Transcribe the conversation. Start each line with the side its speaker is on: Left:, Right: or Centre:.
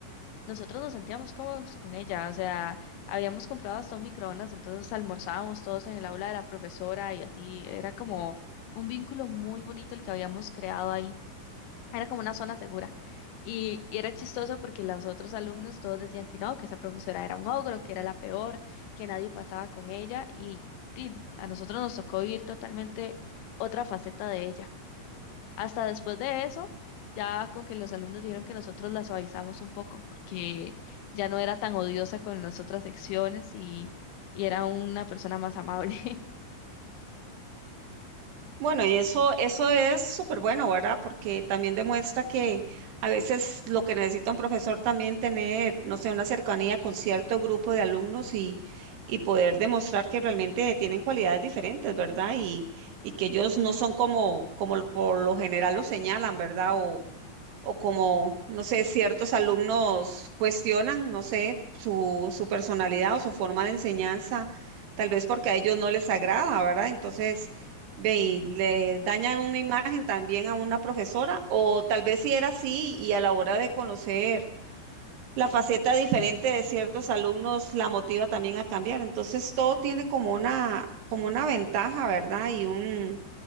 Left: nosotros nos sentíamos cómodos con ella, o sea, habíamos comprado hasta un microondas, entonces almorzábamos todos en el aula de la profesora y así, era como un vínculo muy bonito el que habíamos creado ahí, era como una zona segura. Y, y era chistoso porque los otros alumnos todos decían que no, que esa profesora era un ogro, que era la peor, que nadie pasaba con ella y, y a nosotros nos tocó vivir totalmente otra faceta de ella. Hasta después de eso, ya como que los alumnos dijeron que nosotros la suavizamos un poco porque ya no era tan odiosa con las otras secciones y, y era una persona más amable. <laughs>
Right: Bueno, y eso, eso es súper bueno, ¿verdad? Porque también demuestra que a veces lo que necesita un profesor también tener, no sé, una cercanía con cierto grupo de alumnos y, y poder demostrar que realmente tienen cualidades diferentes, ¿verdad? Y, y que ellos no son como, como por lo general lo señalan, ¿verdad? o como, no sé, ciertos alumnos cuestionan, no sé, su, su personalidad o su forma de enseñanza, tal vez porque a ellos no les agrada, ¿verdad? Entonces, ve, y le dañan una imagen también a una profesora, o tal vez si era así y a la hora de conocer la faceta diferente de ciertos alumnos la motiva también a cambiar. Entonces, todo tiene como una, como una ventaja, ¿verdad? Y un